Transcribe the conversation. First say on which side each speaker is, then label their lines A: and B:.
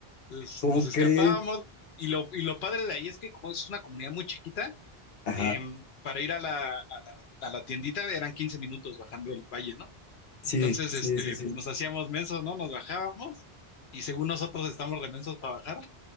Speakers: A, on the left (about 80°); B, on the left (about 65°).
A: Entonces
B: ¿Cómo
A: nos escapábamos
B: crees?
A: y lo, y lo padre de ahí es que como es una comunidad muy chiquita,
B: Ajá.
A: em, para ir a la, a la, a la tiendita eran 15 minutos bajando el valle, ¿no?
B: Sí,
A: Entonces,
B: sí,
A: este,
B: sí, sí.
A: pues nos hacíamos mensos, ¿no? Nos bajábamos y según nosotros estamos remensos para bajar